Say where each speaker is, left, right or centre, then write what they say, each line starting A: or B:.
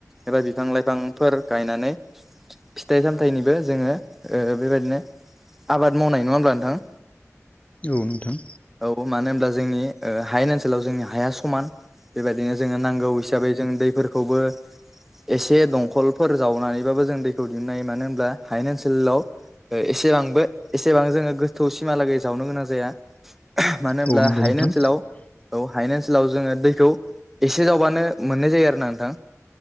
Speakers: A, in the centre; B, on the left.
A: एबा बिफां लाइफांफोर गायनानै फिथाइ सामथाइनिबो जोङो ओ बेबायदिनो आबाद मावनाय नङा होमब्ला नोंथां?
B: औ नोंथां।
A: औ मानो होनब्ला जोंनि ओ हायेन ओनसोलाव जोंनि हाया समान। बेबायदिनो जोङो नांगौ हिसाबै जों दैफोरखौबो एसे दंखलफोर जावनानैबाबो जों दैखौ दिहुननो हायो मानो होनब्ला हायेन ओनसोलाव एसेआंबो एसेबां जोङो गोथौ सिमहालागै जावनो गोनां जाया। मानो होनब्ला
B: औ नंगौ
A: हायेन
B: नोंथां
A: ओनसोलाव औ हायेन ओनसोलाव जोङो दैखौ एसे जावबानो मोननाय जायो आरोना नोंथां।